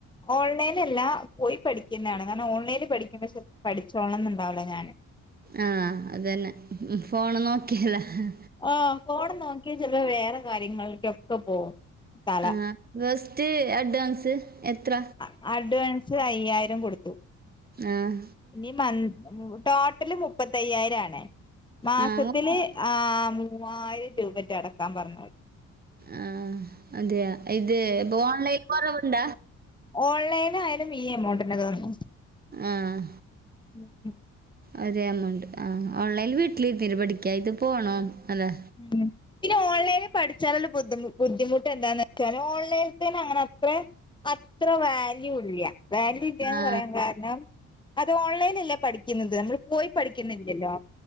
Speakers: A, on the left; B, on the right.
A: ഓൺലൈനല്ല പോയി പഠിക്കുന്നാണ് കാരണം ഓൺലൈൻല് പഠി ഒരുപക്ഷേ പഠിച്ചോൾണംന്നുണ്ടാവൂല ഞാന്
B: ആ അതന്ന ഫോണ് നോക്കിയല്ലാ ഹ്
A: ആ ഫോണ് നോക്കിഴ ചെൽപ്പ വേറെ കാര്യങ്ങൾക്കൊക്കെ പോവും തല
B: ആ ഫസ്റ്റ് അഡ്വാൻസ് എത്ര
A: അ അഡ്വാൻസ് അയ്യായിരം കൊടുത്തു
B: ആഹ്
A: ഈ മന്ത് ഉം ടോട്ടല് മുപ്പത്തയ്യായിരം ആണേ മാസത്തില്
B: ആ ഓ-
A: ആ മൂവായിരം രൂപറ്റേ അടക്കാൻ പറഞ്ഞോര്
B: ആഹ് അതെയാ ഇത് പ്പൊ ഓൺലൈൻല് കൊറവ്ണ്ടാ
A: ഓൺലൈനായാലും ഈ എമൗണ്ടന്നെ തോന്നുന്നു
B: ആഹ്
A: ഉം ഉം
B: ഒരേ എമൗണ്ട് ആ ഓൺലൈല് വീട്ടില്ര്ത്തീട്ടു പഠിക്ക ഇത് പോണോ അല്ലേ
A: ഉം പിന്ന ഓൺലൈൻല് പഠിച്ചാല്ള്ള ബദ്ധിമു ബുദ്ധിമുട്ട് എന്താന്ന് വെച്ചാല് ഓൺലൈൻത്തേനങ്ങനെ അത്രേ അത്ര വാല്യൂ ഇല്ല വാല്യൂ ഇല്ലാന്ന്
B: ആ
A: പറയാൻ കാര്ണം അത് ഓൺലൈനല്ലേ പഠിക്കുന്നത് നമ്മള് പോയി പഠിക്കുന്നില്ലല്ലോ